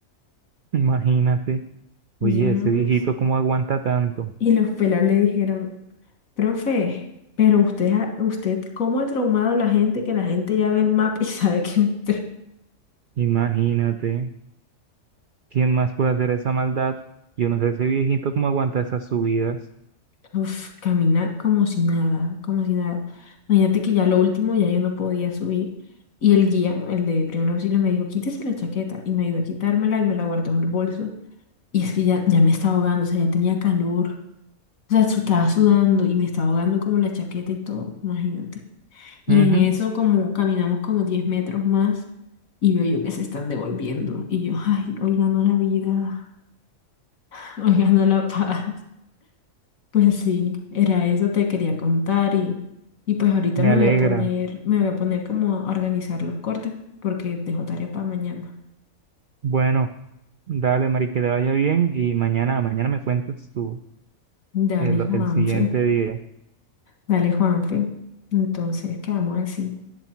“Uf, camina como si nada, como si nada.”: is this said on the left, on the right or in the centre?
Left